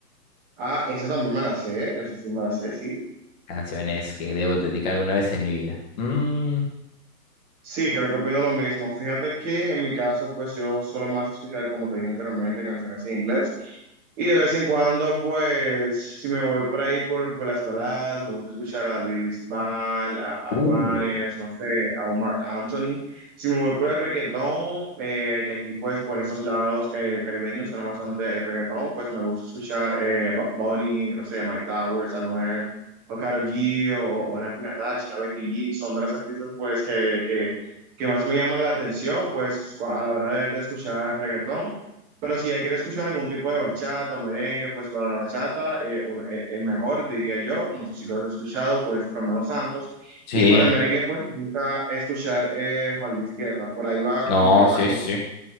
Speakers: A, in the centre; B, on the left.
A: Ah, esa también me la sé, esa sí me la sé, sí.
B: canciones que debo dedicar alguna vez en mi vida. Mm,
A: Sí, creo que opino lo mismo. Fíjate que en mi caso, pues yo solo más escuchar, como te dije anteriormente, canciones en inglés. Y de vez en cuando, pues, si me voy por ahí por, por las baladas, me gusta escuchar a David Bisbal, a, a
B: Uh,
A: Juanes, no sé, a Omar Anthony. Si me voy por el reggaetón, eh, que aquí, pues, por estos lados eh, caribeños suena bastante el reggaetón, pues me gusta escuchar eh, Bad Bunny, no sé, Mike Towers, Anuel, o Karol G, o, o Nati Natasha, o Becky G. Son de las artistas, pues, que, que, que más me llaman la atención, pues, a la hora de, de escuchar reggaetón. Pero si ya quiere escuchar algún tipo de bachata o merengue, pues para la bachata, eh, un- el, el mejor diría yo, no sé si lo has escuchado, pues Romeo Santos.
B: sí,
A: Y para el merengue, pues me gusta escuchar eh, Juan Luis Guerra. Por ahí va
B: no,
A: como que va
B: sí,
A: la cosa.
B: sí.